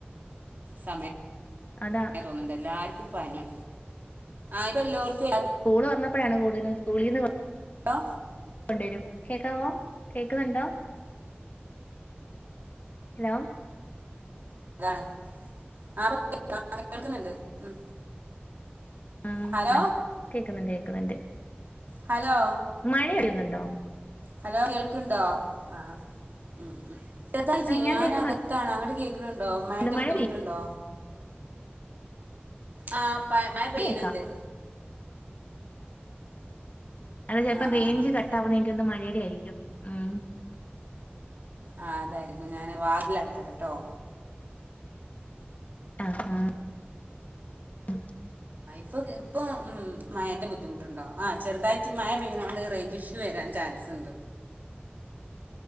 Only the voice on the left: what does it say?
അതാ
സ്കൂള് തൊറന്നപ്പോഴാണ് കൂടുതലും സ്കൂളിന്ന്
കൊണ്ടുവരും കേക്കാവോ കേൾക്കുന്നുണ്ടോ ഹലോ
ഉം
കേക്കുന്നുണ്ട് കേക്കുന്നുണ്ട്
മഴ പെയ്യുന്നുണ്ടോ
ആഹ് ഞാൻ
കേക്കുന്നുണ്ട്
മഴ
പെയ്യ്
കേക്കാം അത് ചിലപ്പോം
റേഞ്ച്
കട്ടവുന്നത് ഒന്ന് മഴടെയിരിക്കും ഉം..
ആ ആഹ.. ആഹ..